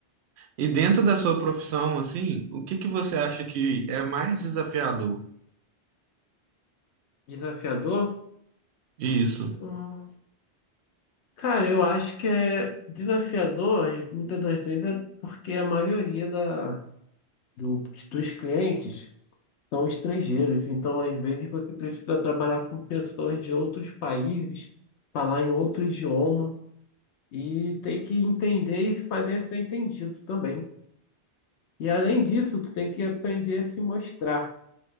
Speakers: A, on the right (about 80°); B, on the left (about 85°).
A: e dentro da sua profissão, assim, o que que você acha que é mais desafiador?
B: desafiador.
A: Isso,
B: Hum, cara, eu acho que é desafiador, e muitas das vezes, é porque a maioria da, do- dos clientes são estrangeiros. Então, às vezes, você precisa trabalhar com pessoas de outros países, falar em outro idioma e tem que entender e fazer ser entendido também. E além disso, tu tem que aprender a se mostrar,